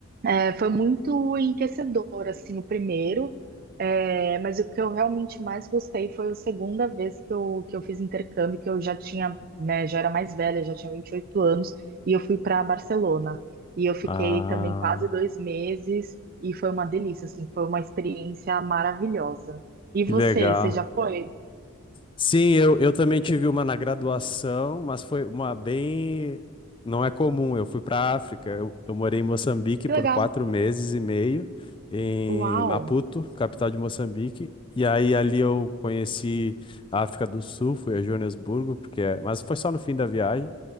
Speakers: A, on the right; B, on the left.
A: É, Foi muito enriquecedor, assim, o primeiro, é, mas o que eu realmente mais gostei foi a segunda vez que eu, que eu fiz intercâmbio, que eu já tinha, né, já era mais velha, já tinha 28 anos, e eu fui para Barcelona. E eu fiquei
B: Ah,
A: também quase dois meses, e foi uma delícia, assim, foi uma experiência maravilhosa. E
B: que
A: você,
B: legal.
A: você já foi?
B: Sim, eu, eu também tive uma na graduação, mas foi uma bem. Não é comum. Eu fui para a África. Eu, eu morei em Moçambique
A: Que
B: por
A: legal!
B: quatro meses e meio, em
A: Uau!
B: Maputo, capital de Moçambique. E aí ali eu conheci a África do Sul, fui a Joanesburgo, porque é... mas foi só no fim da viagem.